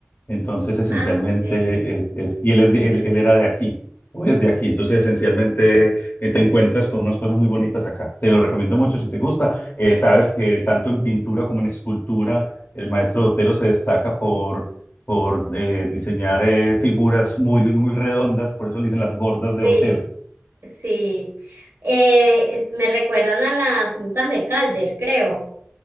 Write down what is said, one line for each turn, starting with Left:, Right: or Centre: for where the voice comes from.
Left: Entonces, esencialmente,
Right: Ah, ok,
Left: es, es- y él, es de- él, él era de aquí, o es de aquí. Entonces, esencialmente, eh, te encuentras con unas cosas muy bonitas acá. Te lo recomiendo mucho si te gusta. Eh, sabes que tanto en pintura como en escultura, el maestro Botero se destaca por, por eh, diseñar eh, figuras muy, muy redondas, por eso le dicen las gordas de
Right: sí.
Left: Botero
Right: Sí, Eh, es- me recuerdan a las musas de Calder, creo,